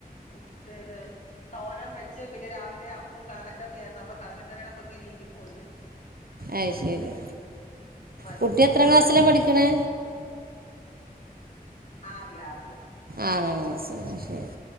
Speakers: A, on the left; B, on the right.
A: മ് ത് ഏത് തോരൻ വെച്ച് പിന്നെ രാവിലെ അ പോം കടലക്കറിയാരുന്നു അപ്പൊ കടലക്കറിടെ പങ്ക്നീരിപ്പുണ്ട്
B: അയ്ശെരി
A: മതി
B: കുട്ടി എത്രാക്ലാസ്സില
A: ധാരാളം
B: പഠിക്ക്ണേ
A: ആറില് ആറില്
B: ആറാം ക്ലാസിലലെ ശെരി